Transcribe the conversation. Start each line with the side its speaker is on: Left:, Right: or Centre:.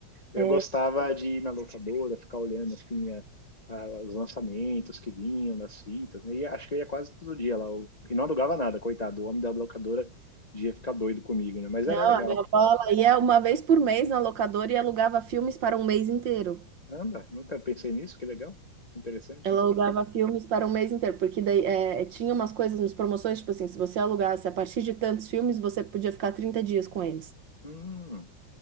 Left: eu
Right: É,
Left: gostava de ir na locadora, ficar olhando assim, a- a- os lançamentos que vinham nas fitas, né? E acho que eu ia quase todo dia lá, eu- e não alugava nada, coitado, o homem da locadora ia ficar doido comigo, né? Mas
Right: não,
Left: era legal.
Right: a minha avó, ela ia uma vez por mês na locadora e alugava filmes para um mês inteiro.
Left: Anda, nunca pensei nisso, que legal, interessante.
Right: Ela alugava filmes para um mês inteiro, porque daí é, tinha umas coisas, umas promoções, tipo assim, se você alugasse a partir de tantos filmes, você podia ficar 30 dias com eles.
Left: Hum.